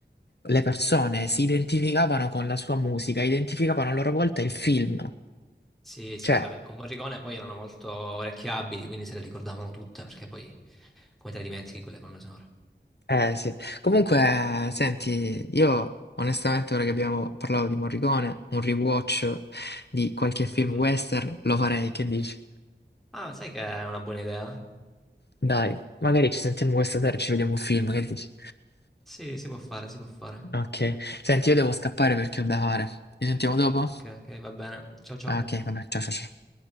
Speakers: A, on the left (about 65°); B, in the centre.
A: le persone si identificavano con la sua musica, identificavano a loro volta il film.
B: Sì, sì,
A: Cioè
B: vabbè, con Morricone poi erano molto orecchiabili, quindi se le ricordavano tutte, perché poi come te le dimentichi quelle colonne sonore?
A: Eh sì, comunque senti, io onestamente ora che abbiamo parlato di Morricone, un rewatch di qualche film
B: Mhm.
A: western lo farei, che dici?
B: Ah, sai che è una buona idea?
A: Dai, magari ci sentiamo questa sera e ci vediamo un film, che dici?
B: Sì, si può fare, si può fare.
A: Ok, senti, io devo scappare perché ho da fare. Ci sentiamo dopo?
B: Ok, ok, va bene. Ciao, ciao.
A: Ah, Ok, vabbè, ciao ciao ciao.